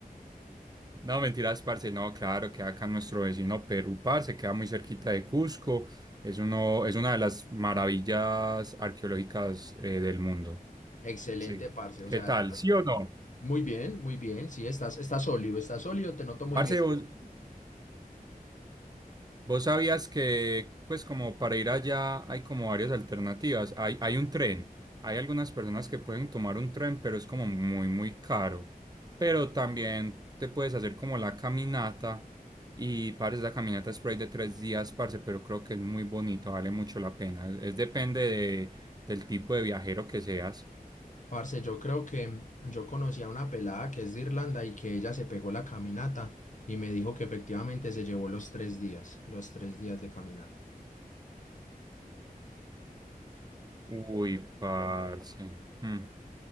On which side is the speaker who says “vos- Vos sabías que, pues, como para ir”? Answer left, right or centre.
Right